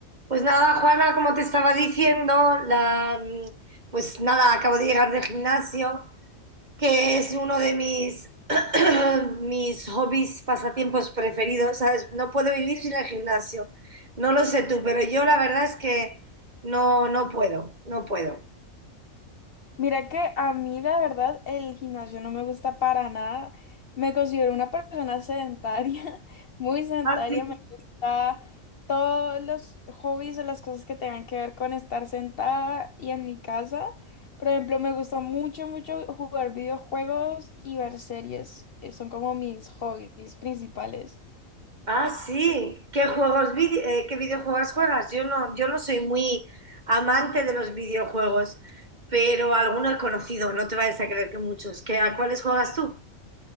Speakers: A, on the right; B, on the left.
A: Pues nada, Juana, como te estaba diciendo, la, mm, pues nada, acabo de llegar del gimnasio, que es uno de mis, <clears throat> mis hobbies, pasatiempos preferidos, ¿sabes? No puedo vivir sin el gimnasio. No lo sé tú, pero yo la verdad es que no, no puedo, no puedo.
B: Mira que a mí la verdad el gimnasio no me gusta para nada. Me considero una persona sedentaria, <laughs> muy sedentaria.
A: Ah, sí.
B: Me gusta todos los hobbies o las cosas que tengan que ver con estar sentada y en mi casa. Por ejemplo, me gusta mucho, mucho jugar videojuegos y ver series. eh, Son como mis hobbies principales.
A: Ah, sí. ¿Qué juegos, vide- eh, qué videojuegos juegas? Yo no, yo no soy muy amante de los videojuegos, pero alguno he conocido, no te vayas a creer que muchos. ¿Qué, a cuáles juegas tú?